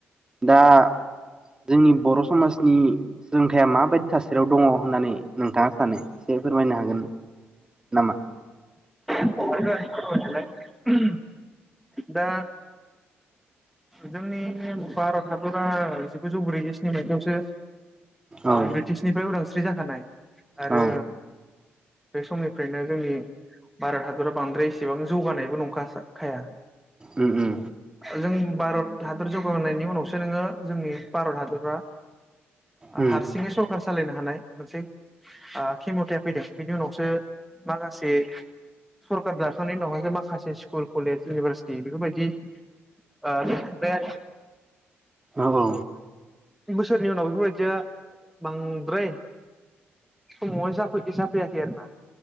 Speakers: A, on the right; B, in the centre.
A: दा जोंनि बर' समाजनि सोलोंथाइया माबायदि थास सारियाव दङ होननानै नोंथाङा सानो? फोरमायनो हागोन नामा?
B: <unintelligible> दा जोंनि नेम भारत हादरा जि गुजौ ब्रैजिस्नि मायथाइयावसो
A: औ
B: ओ ब्रिटिसनिफ्राय उदांस्रि जाखानाय आरो
A: औ
B: बे समनिफ्रायनो जोंनि भारत हादराव बांद्राय इसेबांस जौगानायबो नंखासा खाया।
A: उम उम
B: जों भारत हादर जौगाहोनायनि उनावसो नोङो जोंनि भारत हादरा
A: उम
B: हारसिङै सरकारस सालायनो हानाय मोनसे ओ खेमथाया फैदों बेनि उनावसो माखासे सरखार दाखांनायनि उनावहासो माखासे स्कुल कलेज इउनिभारसिटि बेफोरबायदि <unintelligible> ओ गोबों
A: औ औ
B: बोस सोरनि उनाव बेफोरबायदिया बांद्राय समावहाय जाफैदो जाफैयाखै आरो ना।